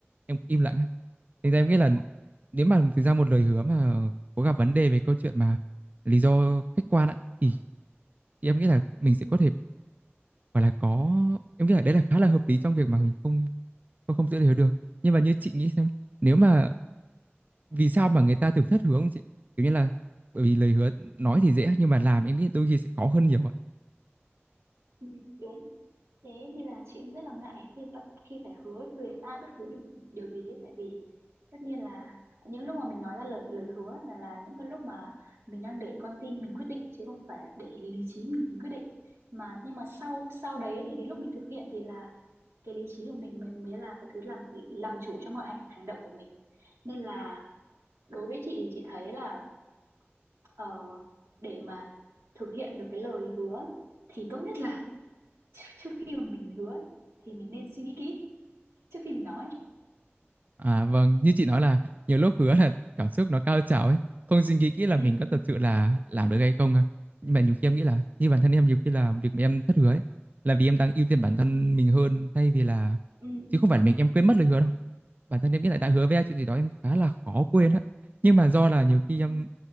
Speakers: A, on the right (about 40°); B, on the right (about 85°).
A: em im lặng á. thành ra em nghĩ là nếu mà thực ra một lời hứa mà có gặp vấn đề về câu chuyện mà lý do khách quan á thì, thì em nghĩ là mình sẽ
B: ừ,
A: có thể gọi là có em nghĩ là đấy là khá là hợp lý trong việc mà mình không không, không giữ lời hứa được nhưng mà như chị nghĩ xem nếu mà vì sao mà người ta thường thất hướng chị kiểu như là bởi vì lời hứa nói thì dễ nhưng mà làm em nghĩ đôi khi sẽ khó hơn nhiều ạ
B: ừ, đúng thế nên là chị cũng rất là ngại khi phải- khi phải hứa với ai bất cứ điều điều gì ấy. tại vì tất nhiên là những lúc mà mình nói ra lời lời hứa là là những cái lúc mà mình đang để con tim mình quyết định chứ không phải là để lý trí mình mình quyết định mà nhưng mà sau sau đấy thì đến lúc mình thực hiện thì là cái lý trí của mình mới mới là cái thứ làm làm chủ cho mọi hành hành động của mình nên là đối với chị thì chị thấy là ờ, để mà thực hiện được cái lời hứa thì tốt nhất là <laughs> trước khi mà mình hứa thì mình nên suy nghĩ kỹ trước khi mình nói
A: à vâng như chị nói là nhiều lúc hứa là cảm xúc nó cao trào ấy không suy nghĩ kỹ là
B: ừ
A: mình có thật sự là làm được hay không à. nhưng mà nhiều khi em nghĩ là như bản thân em nhiều khi là việc mà em thất hứa ấy là vì em đang ưu tiên bản
B: ừ
A: thân mình hơn thay vì là
B: ừ
A: chứ không phải là mình em quên mất lời hứa đâu bản thân em nghĩ là đã hứa với ai chuyện gì đó em khá là khó quên á nhưng mà do là nhiều
B: ừ,
A: khi em